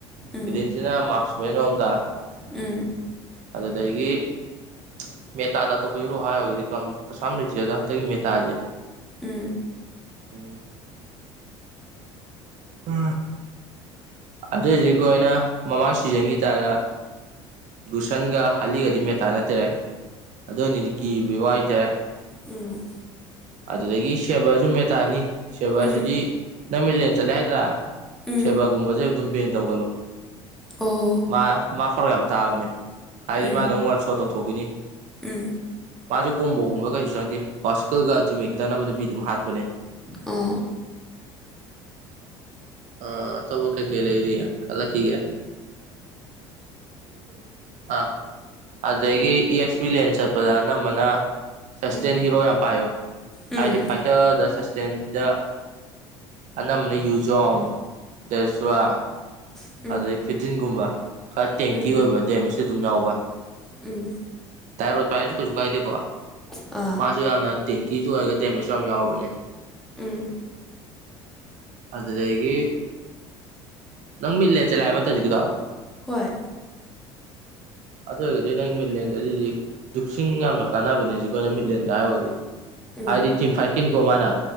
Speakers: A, in the centre; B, on the right.
A: ꯎꯝ ꯎꯝ
B: ꯕꯂꯤꯟꯁꯤꯅ ꯃꯥꯛꯁ ꯃꯦꯟꯝꯗ
A: ꯎꯝ
B: ꯑꯗꯨꯗꯒꯤ <inaudible> ꯃꯦꯇꯥꯗ ꯑꯇꯣꯞꯄ ꯍꯤꯔꯣ ꯍꯥꯏꯔꯣꯒꯗꯤ ꯀꯩꯁꯥꯝ ꯂꯩꯇꯦ ꯑꯗꯣ ꯍꯟꯗꯛꯀꯤ ꯃꯦꯇꯥꯖꯦ
A: ꯎꯝ
B: ꯖꯃꯝꯝ ꯎ ꯑꯗꯨꯏꯖꯤ ꯑꯩꯅ ꯃꯃꯥꯡ ꯁꯤꯖꯟꯈꯤ ꯇꯥꯔ ꯒꯨꯁꯟꯒ ꯍꯂꯤꯒꯗꯤ ꯃꯦꯇꯥ ꯅꯠꯇꯔꯦ ꯑꯗꯨꯅꯤꯗꯤ ꯀꯤꯕ ꯋꯥꯏꯇꯔꯦ
A: ꯎꯝ꯫
B: ꯑꯗꯨꯗꯒꯤ ꯁꯦꯕꯁꯨ ꯃꯦꯇꯥꯅꯤ ꯁꯦꯕꯁꯤꯗꯤ
A: ꯎꯝ ꯎꯝ
B: ꯅꯪ ꯃꯤꯂꯦꯟ ꯆꯠꯂꯦ ꯍꯥꯏꯗ꯭ꯔꯥ
A: ꯎꯝ
B: ꯁꯦꯕꯥꯒꯨꯝꯕꯁꯦ ꯑꯗꯨꯝ ꯕꯦꯟ ꯇꯧꯒꯅꯨ
A: ꯑꯣ
B: ꯃꯥ ꯃꯥ ꯈꯔꯥꯌꯥꯝ꯫ ꯇꯥꯕꯅꯦ ꯍꯥꯏꯗꯤ
A: ꯎꯝ
B: ꯃꯥꯗ ꯑꯃꯨꯛ ꯋꯥꯟ ꯁꯣ ꯇꯧꯊꯣꯛꯈꯤꯅꯤ
A: ꯎꯝ
B: ꯃꯥꯁꯨꯦ ꯀꯣꯝꯕꯒꯨꯝꯕ ꯀꯩꯁꯨ ꯆꯪꯗꯦ ꯐꯥꯔꯁꯀꯜꯒ ꯑꯇꯤꯉꯩ ꯈꯤꯇꯪ ꯅꯝꯕꯗ ꯃꯤ ꯑꯗꯨꯝ ꯍꯥꯠꯄꯅꯦ
A: ꯑꯥ
B: ꯑ ꯇꯧꯕꯣ ꯀꯦ ꯀꯦꯂ ꯏꯔꯤ ꯀꯂ ꯀꯒ <inaudible> ꯎꯝ ꯑꯥꯐ ꯑꯗꯒꯤ ꯏ ꯑꯦꯛꯁ ꯂꯤꯟ ꯆꯠꯄꯗ ꯑꯅꯝꯕꯅ ꯁꯁꯇꯦꯟ
A: ꯎꯝ
B: ꯍꯤꯔꯣ ꯌꯥꯝ ꯄꯥꯏꯌꯣ
A: ꯎꯝ
B: ꯍꯥꯏꯗꯤ ꯐꯥꯏꯇꯔꯗ ꯇꯦꯟꯗ ꯑꯅꯝꯕꯅ ꯌꯨꯖꯣꯡ꯫ ꯇꯦꯁ꯭ꯋꯥ
A: ꯎꯝ
B: ꯑꯗꯩ ꯐꯤꯇꯤꯟꯒꯨꯝꯕ ꯈꯔ ꯇꯦꯡꯀꯤ
A: ꯎꯝ
B: ꯑꯣꯏꯕ ꯗꯦꯝꯁꯨ ꯑꯗꯨꯝ ꯌꯥꯎꯕ
A: ꯎꯝ
B: ꯗꯥꯏꯔꯣ ꯄꯥꯏꯔꯁꯨ ꯀꯩꯁꯨ ꯀꯥꯏꯗꯦꯀꯣ
A: ꯑꯥ
B: ꯃꯥꯁꯨ ꯌꯥꯝꯅ ꯀꯤꯁꯨ ꯑꯣꯏꯔꯒ ꯗꯦꯃꯦꯖꯁꯨ ꯌꯥꯝ ꯌꯥꯎꯕꯅꯦ
A: ꯎꯝ
B: ꯑꯗꯨꯗꯒꯤ ꯅꯪ ꯃꯤꯠꯂꯦꯟ ꯆꯂꯦꯕ ꯃꯇꯝꯧꯖꯤꯒꯤꯗꯣ
A: ꯍꯣꯏ
B: ꯑꯗꯨ ꯑꯣꯏꯔꯒꯗꯤ ꯅꯪ ꯃꯤꯠꯂꯦꯟꯗꯗꯤ ꯍꯧꯖꯤꯛ ꯖꯨꯛꯁꯤꯡ ꯌꯥꯝꯅ ꯀꯥꯟꯅꯕꯅꯦꯖꯤ ꯑꯩꯣꯏꯅ ꯃꯤꯠꯂꯦꯟꯗ ꯍꯥꯏꯔꯒꯗꯤ
A: ꯎꯝ
B: ꯍꯥꯏꯗꯤ ꯇꯤꯝ ꯐꯥꯏꯚꯀꯤꯅꯤꯀꯣ ꯃꯥꯅ